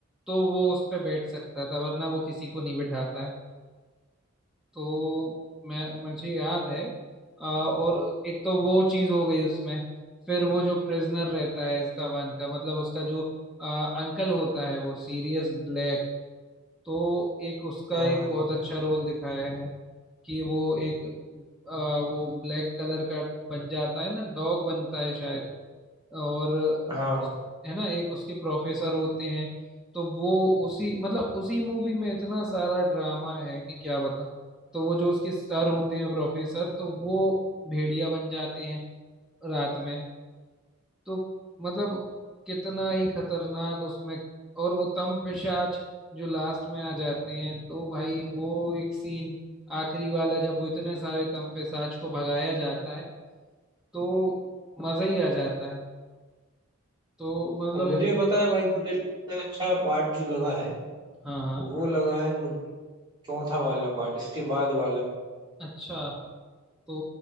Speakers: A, in the centre; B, on the right (about 20°).
A: तो वो उस पे बैठ सकता था वरना वो किसी को नहीं बिठाता है तो मैं मुझे याद है अ, और एक तो वो चीज हो गई उसमें फिर वो जो प्रिजनर रहता है अजकाबान का मतलब उसका जो अंकल होता है वो सीरियस ब्लैक तो एक उसका
B: हाँ
A: एक बहुत अच्छा रोल दिखाया है कि वो एक अ, वो ब्लैक कलर का बन जाता है ना डॉग बनता है शायद और
B: हाँ
A: उस- है ना एक उसके प्रोफेसर होते हैं तो वो उसी मतलब उसी मूवी में इतना सारा ड्रामा है कि क्या बता तो वो जो उसके सर होते हैं प्रोफेसर तो वो भेड़िया बन जाते हैं रात में तो मतलब कितना ही खतरनाक उसमें और वो तम पिशाच जो लास्ट में आ जाते हैं तो भाई वो एक सीन आखिरी वाला जब वो इतने सारे तम पिशाच को भगाया जाता है तो मजा ही आ जाता है तो मतलब
B: और मुझे पता है भाई मुझे सबसे अच्छा पार्ट जो लगा है
A: हाँ हाँ
B: वो लगा है मुझे चौथा वाला पार्ट इसके बाद वाला
A: अच्छा तो